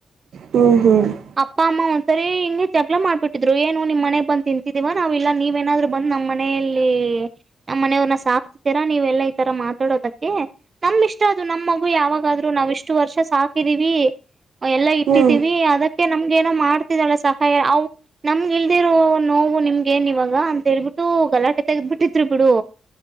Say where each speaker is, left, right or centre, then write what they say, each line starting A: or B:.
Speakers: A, on the right; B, on the right.
A: ಹ್ಮ್ ಹ್ಮ್ ಹ್ಮ್
B: ಅಪ್ಪ ಅಮ್ಮ ಒ ಸರಿ ಗೆ ಜಗಳ ಮಾಡ್ಬಿಟ್ಟಿದ್ರು ಏನು ನಿಮ್ಮ ಮನೆಗ್ ಬಂದ ತಿಂತಿದೀವ ನಾವ್ ಇಲ್ಲಾ ನೀವೇನಾದ್ರು ಬಂದ ನಮ್ಮ್ ಮನೆಯಲ್ಲಿ ನಮ್ಮ ಮನೆಯವ್ರನ್ನ ಸಾಕ್ತಿತೀರಾ ನೀವ ಎಲ್ಲಾ ಈ ತರ ಮಾತಾಡೋದಕ್ಕೆ ನಮ್ ಇಷ್ಟ ಅದು ನಮ್ ಮಗು ಯಾವಾಗಾದ್ೂ ನಾವ್ ಇಷ್ಟು ವರ್ಷ ಸಾಕ್ ಪ್ರರಿವಿ ಎಲ್ಲಾ ಇಟ್ಟತಿೀವಿ
A: ಹ್ಮ್
B: ಅದಕ್ಕೆ ನಮ್ಗ ಏನೋ ಮಾಡ್ತ ತಿದಳ ಸಹಾಯ ಅವು ನಮ್ಗೆ ಇಲ್ದಿರೋ ನೋವು ನಿಮ್ಗೆ ಏನ್ ಇವಾಗ ಅಂತ ಹೇಳ್ಬಿಟ್ಟು ಗಲಾಟೆ ತೆೆಗೆದ್ಬಿಟ್ಟಿದ್ರು ಬಿಡು